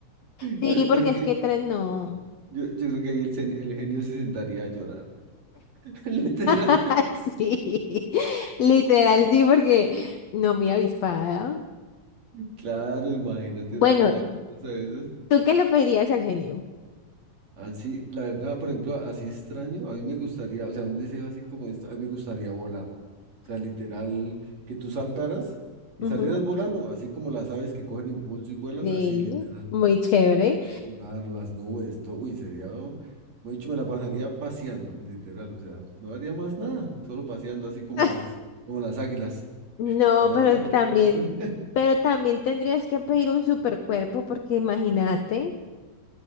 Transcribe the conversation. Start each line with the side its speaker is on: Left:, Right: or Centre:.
Left: Sí,
Right: yo,
Left: porque
Right: yo creo
Left: es
Right: que,
Left: que tres no.
Right: yo, yo creo que ahí el, sen- el genio se sentaría a llorar. <laughs> Literal.
Left: <laughs> Sí, literal, sí, porque no muy avispada.
Right: Claro, imagínate
Left: Bueno,
Right: una, una cosa de esas.
Left: ¿tú qué le pedirías al genio?
Right: Así, la verdad, por ejemplo, así extraño, a mí me gustaría, o sea, un deseo así como esto, a mí me gustaría volar. O sea, literal, que tú saltaras y
Left: Ujú,
Right: salieras volando, así como las aves que cogen impulso y vuelan,
Left: Sí,
Right: así literal.
Left: muy chévere.
Right: Pudieras volar, las nubes, todo, uy, sería, oh, como he dicho, me la pasaría paseando, literal, o sea, no haría más nada, solo paseando así como
Left: <laughs>
Right: las, como las águilas.
Left: No,
Right: Para un
Left: pero
Right: lado
Left: también,
Right: y para el otro. <laughs>
Left: pero también tendrías que pedir un supercuerpo, porque imagínate,